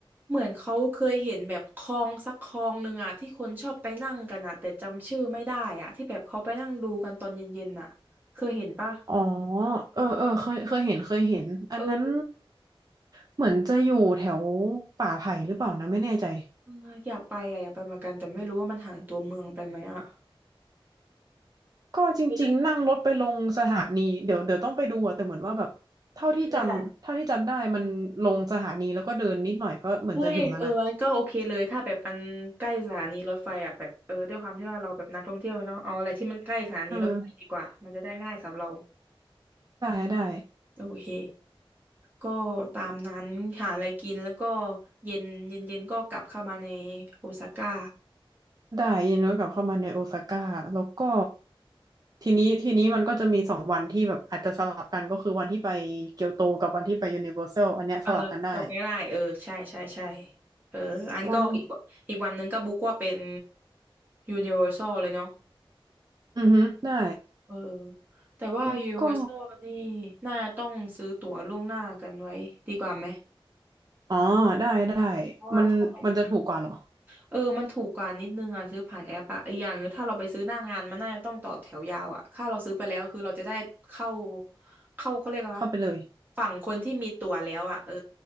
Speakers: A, on the right; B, on the right.
A: เหมือนเขาเคยเห็นแบบคลองสักคลองหนึ่งอะที่คนชอบไปนั่งกันอะแต่จำชื่อไม่ได้อะที่แบบเขาไปนั่งดูกันตอนเย็นๆอะเคยเห็นปะ
B: อ๋อเออเออเคยเคยเห็นเคยเห็นอันนั้น
A: เออ
B: เหมือนจะอยู่แถวป่าไผ่หรือเปล่านะไม่แน่ใจ
A: เอออยากไปอะอยากไปเหมือนกันแต่ไม่รู้ว่ามันห่างตัวเมืองไปไหมอะ
B: ก็จริงๆนั่งรถไปลงสถานีเดี๋ยวเดี๋ยวต้องไปดูอะแต่เหมือนว่าแบบเท่าที่จำเท่าที่จำได้มันลงสถานีแล้วก็เดินนิดหน่อยก็เหมือนจะถึงแล้วนะ
A: คือแบบใช่ค่ะเฮ้ยเออก็โอเคเลย ถ้าแบบมันใกล้สถานีรถไฟอ่ะแบบเออด้วยความที่ว่าเราแบบนักท่องเที่ยวเนาะเอาอะไรที่มันใกล้สถานีรถไฟดีกว่า
B: อืม
A: มันจะได้ง่ายสำหรับเรา
B: ได้ได้
A: โอเคก็ตามนั้นหาอะไรกินแล้วก็เย็นเย็นเย็นก็กลับเข้ามาในโอซาก้า
B: ได้ยินว่ากลับเข้ามาในโอซาก้าแล้วก็ทีนี้ทีนี้มันก็จะมีสองวันที่แบบอาจจะสลับกันก็คือวันที่ไปเกียวโตกับวันที่ไปยูนิเวอร์แซลอันเนี้ยสลับกันได้
A: เออสำรบไม่ได้เออใช่ใช่ใช่เอออันก็อีกวันอีกวันนึงก็บุ๊กว่าเป็น
B: วัน
A: ยูนิเวอร์ซเลยเนาะ
B: อือฮึได้
A: เออแต่ว่า
B: แล้วก็
A: Universal นี่น่าจะต้องซื้อตั๋วล่วงหน้ากันไว้ดีกว่าไหม
B: อ๋อได้ได้
A: เพราะว่าถ้าไป
B: มันมันจะถูกกว่าเหรอ
A: เออมันถูกกว่านิดนึงอ่ะซื้อผ่านแอปอ่ะอีกอย่างหนึงถ้าเราไปซื้อหน้างานมันน่าจะต้องต่อแถวยาวอ่ะถ้าเราซื้อไปแล้วคือเราจะได้เข้าเข้าเขาเรียกว่า
B: เข้าไปเลย
A: ฝั่งคนที่มีตั๋วแล้วอ่ะเออ